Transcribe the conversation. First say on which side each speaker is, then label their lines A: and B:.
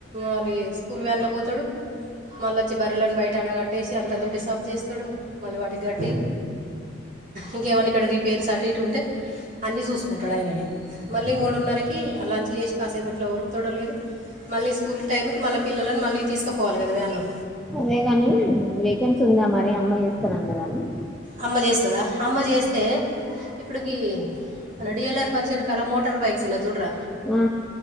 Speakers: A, on the right (about 40°); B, in the centre.
A: మళ్ళీ స్కూల్ వ్యాన్లో పోతాడు మళ్ళా పచ్చి బర్రలను బయట అడగట్టేసి అంత దుడ్డి సాము చేస్తాడు మళ్ళీ వాటి గడ్డి ఇంకేమన్నా ఇక్కడ రిపేర్స్ అటు ఇటు ఉంటే అన్నీ చూసుకుంటాడు ఆయననే మళ్ళీ మూడున్నరకి అ లంచ్ చేసి కాసేపు ఎట్లా ఉరుగుతాడో లేదు మళ్ళీ స్కూల్ టైమ్కి మళ్ల పిల్లలను మళ్ళీ తీసుకపోవాలి కద వ్యాన్లో
B: అదేగాని వేకెన్సీ ఉందా మరి అమ్మాయి చేస్తానని
A: అమ్మ చేస్తదా అమ్మ చేస్తే ఇప్పుడుకి మన డిఎల్ఆర్ ఫంక్షన్కి అలా మోట మోటర్ బైక్సలో చూడర
B: ఆ